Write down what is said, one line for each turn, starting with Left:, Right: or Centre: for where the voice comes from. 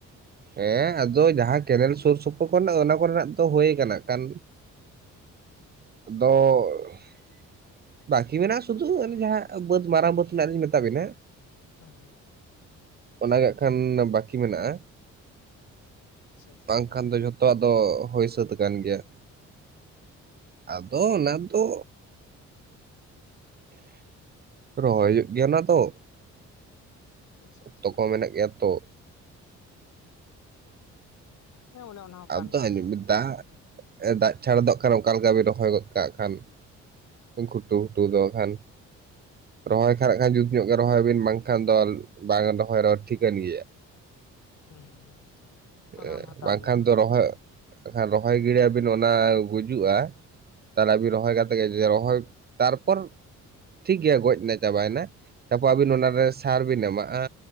Right: ᱦᱮᱸ ᱟᱫᱚ ᱡᱟᱦᱟᱸ ᱠᱮᱱᱮᱞ ᱥᱩᱨ ᱥᱩᱯᱩᱨ ᱠᱚᱨᱮᱱᱟᱜ ᱫᱚ ᱚᱱᱟ ᱠᱚᱨᱮᱱᱟᱜ ᱫᱚ ᱦᱩᱭ ᱠᱟᱱᱟ ᱱᱟᱜ-ᱠᱷᱟᱱ ᱟᱫᱚᱻ ᱵᱟᱠᱤ ᱢᱮᱱᱟᱜᱼᱟ ᱥᱩᱫᱷᱩ ᱚᱱᱮ ᱡᱟᱦᱟᱸ ᱵᱟᱹᱫ ᱢᱟᱨᱟᱝ ᱵᱟᱹᱫᱽ ᱨᱮᱱᱟᱜ ᱞᱤᱧ ᱢᱮᱛᱟ ᱵᱤᱱᱟ
Left: ᱦᱮᱸ ᱦᱮᱸ
Right: ᱚᱱᱟ ᱜᱮ ᱦᱟᱜ-ᱠᱷᱟᱱ ᱵᱟᱠᱤ ᱢᱮᱱᱟᱜᱼᱟ᱾
Left: ᱟᱪᱪᱷᱟ ᱟᱪᱪᱷᱟ
Right: ᱵᱟᱝᱠᱷᱟᱱ ᱫᱚ ᱡᱷᱚᱛᱚ ᱟᱫᱚ ᱦᱳᱭ ᱥᱟᱹᱛ ᱠᱟᱱ ᱜᱮᱭᱟ᱾ ᱟᱫᱚ ᱚᱱᱟ ᱫᱚ ᱨᱚᱦᱚᱭ ᱦᱩᱭᱩᱜ ᱜᱮᱭᱟ ᱚᱱᱟ ᱫᱚ
Left: ᱟᱪᱪᱷᱟ ᱟᱪᱪᱷᱟ ᱾
Right: ᱛᱚ ᱠᱚ ᱢᱮᱱᱟᱜ ᱜᱮᱭᱟ ᱛᱚ
Left: ᱦᱮᱸ ᱚᱱᱮ ᱚᱱᱟ ᱦᱚᱸ ᱠᱟᱱ
Right: ᱟᱫᱚ
Left: ᱜᱮᱭᱟ
Right: ᱟᱸᱡᱟᱢᱵᱤᱱ ᱫᱟᱜ ᱮᱸ ᱫᱟᱜ ᱪᱷᱟᱲᱟ ᱫᱚ ᱚᱠᱟ ᱨᱮ ᱚᱠᱟᱞᱮᱠᱟ ᱵᱤᱱ ᱨᱚᱦᱚᱲ ᱜᱚᱫ ᱠᱟᱜ ᱠᱷᱟᱱ ᱜᱷᱩᱴᱩ ᱜᱷᱩᱴᱩ ᱫᱚ ᱟᱠᱷᱟᱱ ᱨᱚᱦᱚᱭ ᱠᱷᱟᱱ ᱱᱟᱜ-ᱠᱷᱥᱱ ᱡᱩᱛ ᱧᱚᱜ ᱜᱮ ᱨᱚᱦᱚᱭ ᱵᱤᱱ ᱵᱟᱝᱠᱷᱟᱱ ᱫᱚ ᱵᱟᱝ ᱨᱚᱦᱚᱭ ᱨᱚᱦᱚᱲ ᱴᱷᱤᱠᱟᱹᱱ ᱜᱮᱭᱟ᱾
Left: ᱦᱩᱸ ᱦᱩᱸ᱾ ᱚᱱᱮ
Right: ᱮᱸ
Left: ᱚᱱᱟ ᱦᱚᱸ ᱠᱟᱱ
Right: ᱵᱟᱝᱠᱷᱟᱱ
Left: ᱜᱮᱭᱟ
Right: ᱫᱚ ᱨᱚᱦᱚᱭ, ᱱᱟᱠᱷᱟᱱ ᱨᱚᱦᱚᱭ ᱜᱤᱲᱤᱭᱟᱵᱤᱱ ᱚᱱᱟ ᱜᱩᱡᱩᱜᱼᱟ᱾ ᱛᱟᱦᱚᱞᱮ ᱟᱵᱤᱱ ᱨᱚᱦᱚᱭ ᱠᱟᱛᱮ ᱜᱮ ᱡᱩᱫᱤ ᱨᱚᱦᱚᱭ ᱛᱟᱨᱯᱚᱨ ᱴᱷᱤᱠᱜᱮᱭᱟ ᱜᱚᱡ ᱮᱱᱟ ᱪᱟᱵᱟᱭᱱᱟ ᱛᱟᱨᱯᱚᱨ ᱟᱹᱵᱤᱱ ᱚᱱᱟᱨᱮ ᱥᱟᱨ ᱵᱤᱱ ᱮᱢᱟᱜᱼᱟ